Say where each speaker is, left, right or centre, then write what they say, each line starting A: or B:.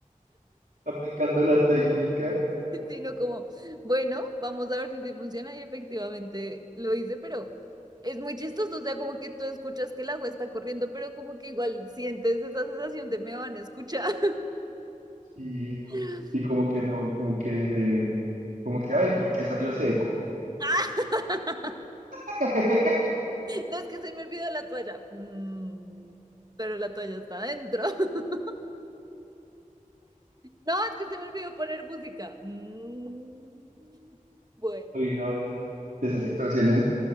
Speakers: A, on the right (about 75°); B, on the right (about 30°).
A: aplicando la técnica.
B: <laughs> sino como, bueno, vamos a ver si sí funciona y efectivamente lo hice, pero es muy chistoso, o sea, como que tú escuchas que el agua está corriendo, pero como que igual sientes esa sensación de me van a escuchar.
A: Y,
B: <laughs>
A: y como que no, como que, eh, como que, ay, porque salió seco.
B: ¡Ah! <laughs>
A: <laughs>
B: No es que se me olvidó la toalla. Mm, pero la toalla está adentro. <laughs> No, es que se me olvidó poner música. Mm, bueno,
A: Uy, no, eso- esas situaciones